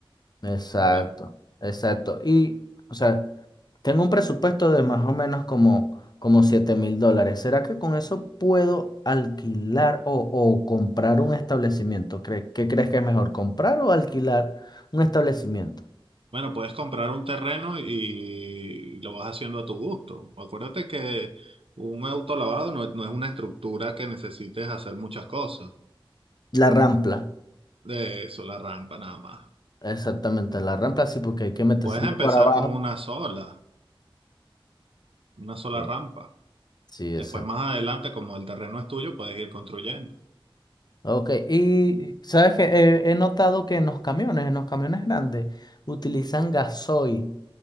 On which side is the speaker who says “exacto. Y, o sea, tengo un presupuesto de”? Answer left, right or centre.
Left